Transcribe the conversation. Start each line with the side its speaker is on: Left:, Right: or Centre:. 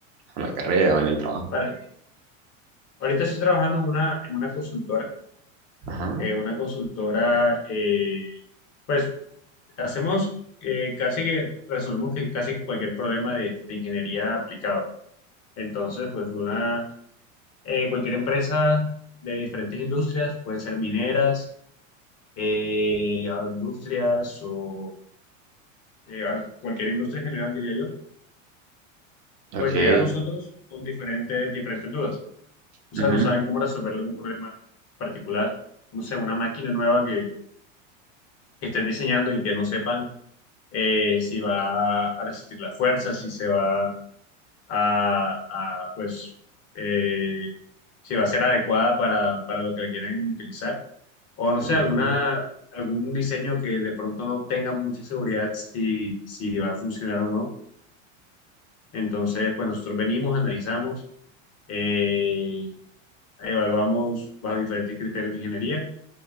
Right: con la carrera o en el trabajo?
Left: Para- ahorita estoy trabajando en una, en una consultora.
Right: Ajá,
Left: eh, una consultora, eh, pues hacemos eh, casi que, resolvemos que casi que cualquier problema de, de ingeniería aplicado. Entonces, pues una eh, cualquier empresa de diferentes industrias, pueden ser mineras, eh, agroindustrias o eh, al- cualquier industria en general, diría yo,
Right: ok.
Left: pues llega a nosotros con diferentes, diferentes dudas. O
Right: ujú,
Left: sea, no saben cómo resolver algún problema particular, no sé, una máquina nueva que, que estén diseñando y que no sepan eh, si va a resistir la fuerza, si se va a, a, pues, eh, si va a ser adecuada para, para lo que le quieren utilizar. O no
Right: ujú.
Left: sé, alguna, algún diseño que de pronto no tenga mucha seguridad si, si va a funcionar o no. Entonces, pues nosotros venimos, analizamos, eh, evaluamos bajo diferentes criterios de ingeniería